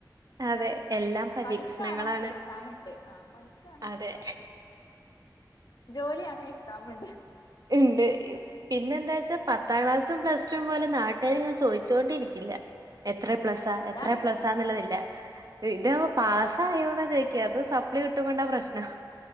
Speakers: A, on the right (about 55°); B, on the left (about 60°).
A: അതെ എല്ലാം പരീക്ഷണങ്ങളാണ്
B: പഠിക്കയാണോ എക്സാം ഉണ്ട് ആഹ പഠിക്കണോ
A: അതെ
B: എക്സാാം ഉണ്ട് ജോലിയണോ എക്സമുണ്ട്
A: ഉണ്ട് പിന്നെ എന്താച്ചാ പത്താം ക്ലാസ് ത്തും പ്ലസ് ടും പോലെ നാട്ടുകർ ഇങ്ങനെ ചോദിച്ചോണ്ടിരിക്കില്ല എത്ര എ പ്ലസ്സാ
B: ആ അതാണ്
A: എത്ര എപ്ലസ്സാന്നുള്ളതില്ല
B: പിന്നെ ഒരു കാര്യം
A: ഇത് പാസായോ ന്നാ ചോയ്ഴ്ക അത് സപ്ലി കിട്ടുമ്പോള്ള പ്രശ്നം